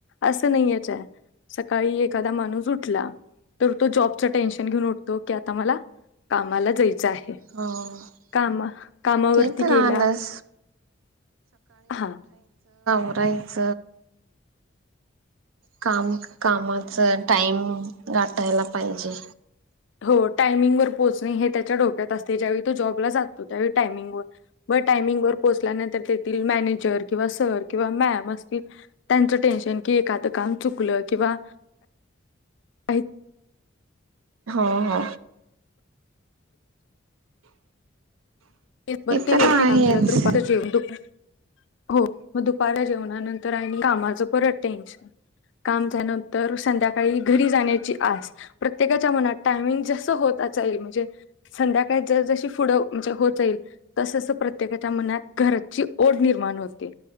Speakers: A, on the left; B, on the right.
A: असं नाहीयएच सकाळी एखादा माणूस उठला तर तो जॉबच टेन्शन घेऊन उठतो की आता मला... कामाला जायचं आहे
B: हो
A: कामा कामावरती
B: ते तर
A: गेला
B: आलंच
A: हां
B: करायच कामं कामाचं टाइम गाठायला पाहिजे
A: हो टायमिंग वर पोहचणं हे त्याच्या डोक्यात असते ज्यावेळी तो जॉबला जातो त्यावेळी टायमिंग वर व टायमिंग वर पोहोचल्यानंतर तेथील मॅनेजर किंवा सर किंवा मॅम असतील त्यांचं टेन्शन कि एखादं काम चुकलं किंवा काही
B: हो हो
A: बर ते
B: तर
A: व्यवस्थि
B: आहेच
A: काम झाल तरी जेवन दुपारी.. हो मग दुपार जेवणानंतर आणि कामाचं परत टेन्शनं काम झाल नंतर संध्याकाळी घरी जाण्याची आस प्रत्येकाच्या मनात टायमिंग जसं होत जाईल म्हणजे संध्याकाळी ज जशी पुढं म्हणजे..... होत जाईल तस तस प्रत्येकाच्या मनात घरची ओढं निर्माण होते